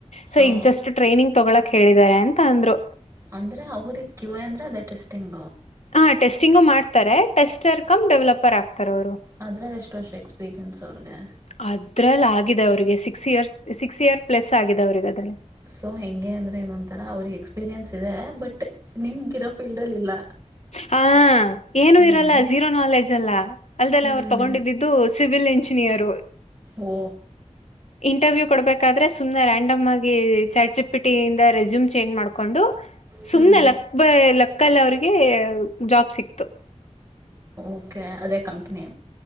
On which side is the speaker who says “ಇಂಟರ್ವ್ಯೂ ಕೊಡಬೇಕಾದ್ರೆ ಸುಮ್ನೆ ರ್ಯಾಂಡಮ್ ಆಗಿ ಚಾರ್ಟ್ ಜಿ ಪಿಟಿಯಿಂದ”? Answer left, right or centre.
Left